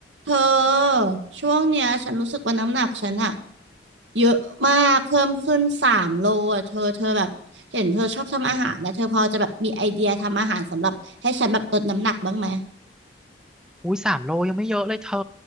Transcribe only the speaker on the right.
เธอช่วงเนี้ยฉันรู้สึกว่าน้ำหนักฉันอะเยอะมากเพิ่มขึ้นสามโลอะเธอเธอแบบเห็นเธอชอบทำอาหารนะเธอพอจะแบบมีไอเดียทำอาหารสำหรับให้ฉันแบบลดน้ำหนักบ้างไหม